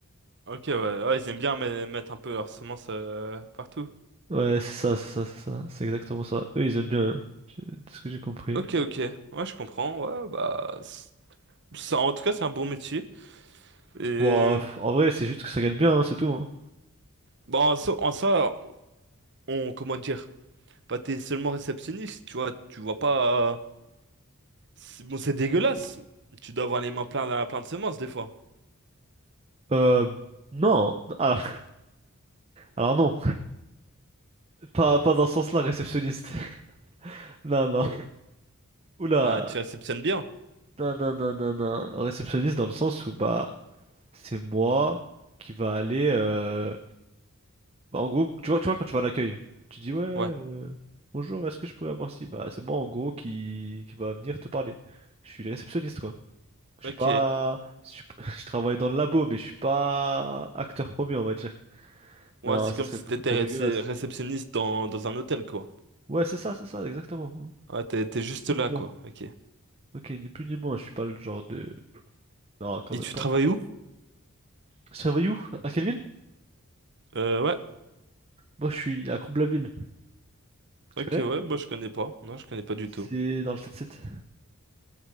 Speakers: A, on the right; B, on the right.
A: Ok, ouais, ouais, ils aiment bien me- mettre un peu leur semence euh, partout.
B: Ouais, c'est ça, c'est ça, c'est ça, c'est exactement ça. Eux, ils aiment bien, hein. J'ai- de ce que j'ai compris.
A: Ok, ok, ouais, je comprends. Ouais, bah, c'est- ça, en tout cas, c'est un bon métier. Et
B: Bon, en vrai, c'est juste que ça gagne bien, hein, c'est tout. hein.
A: bon, en so- en ça, on comment dire? Bah, t'es seulement réceptionniste, tu vois, tu vois pas. euh, c'est- Bon, c'est dégueulasse. Tu dois avoir les mains pleines plein plein de semences des fois.
B: Euh, non. Alors, <laughs> alors non. Pas, pas dans ce sens-là, réceptionniste. <laughs> Non, non. Oula.
A: Bah, tu réceptionnes bien.
B: Non, non, non, non, non. Réceptionniste dans le sens où, bah, c'est moi qui va aller... euh, bah, en gros, tu vois, tu vois, quand tu vas à l'accueil, tu dis, ouais, euh,
A: Ouais.
B: bonjour, est-ce que je pourrais avoir ci? Bah, c'est moi, en gros, qui, qui va venir te parler. Je suis réceptionniste, quoi. Je
A: Ok.
B: suis pas... Je, suis pas- <laughs> je travaille dans le labo, mais je suis pas acteur premier, on va dire.
A: Ouais,
B: Non,
A: c'est
B: ce
A: comme
B: serait
A: si
B: beaucoup
A: t'étais
B: trop dégueulasse.
A: récé- réceptionniste dans, dans un hôtel, quoi.
B: Ouais, c'est ça, c'est ça, exactement.
A: Ouais, t'es t'es juste
B: Plus
A: là, quoi. Ok.
B: Ok, ni plus ni moins, je suis pas le genre de... Non, quand
A: Et
B: même
A: tu
B: pas.
A: travailles où?
B: Tu travailles où? À quelle ville?
A: Euh, ouais.
B: Moi, je suis à Comblaville. Tu
A: Ok,
B: connais?
A: ouais, bah, je connais pas. Non, je connais pas du
B: C'est
A: tout.
B: dans le 7-7.